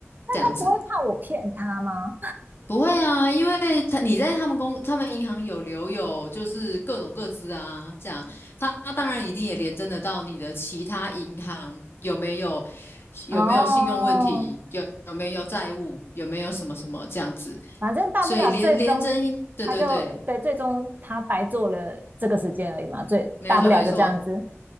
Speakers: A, on the right; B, on the left.
A: 那他不会怕我骗他吗？
B: 这样子。不会啊，因为他你在他们公他们银行有留有就是各种各资啊，这样他他当然一定也连征得到你的其他银行有没有有没有信用问题，
A: 哦，
B: 有有没有债务，有没有什么什么这样子，
A: 反正大不了最终他就对，
B: 所以连连征，对对对，
A: 最终他白做了这个时间而已嘛，最大不了就这样子。
B: 没错没错，